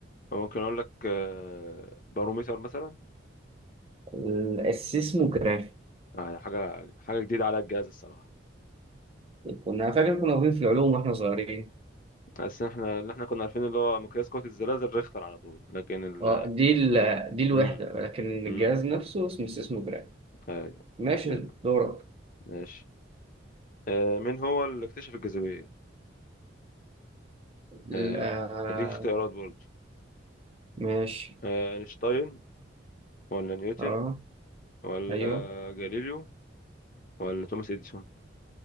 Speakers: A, on the left; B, on the right.
A: ممكن اقول لك آه، باروميتر مثلا
B: ال- السيسموجراف
A: آه، يعني حاجه حاجه جديده على الجهاز الصراحه
B: كنا فاكر كنا واخدين في العلوم واحنا صغيرين
A: بس احنا اللي احنا كنا عارفين اللي هو مقياس قوه الزلازل ريختر على طول لكن ال
B: اه دي ال... دي الوحدة
A: امم
B: ولكن
A: امم
B: الجهاز نفسه اسمه اسمه جرام
A: ايوه
B: ماشي
A: لا
B: دورك
A: ماشي آه، مين هو اللي اكتشف الجاذبيه
B: ال-
A: آه،
B: آه،
A: اديك اختيارات برضه
B: ماشي
A: آه، اينشتاين ولا نيوتن
B: اه
A: ولا
B: ايوه
A: جاليليو ولا توماس اديسون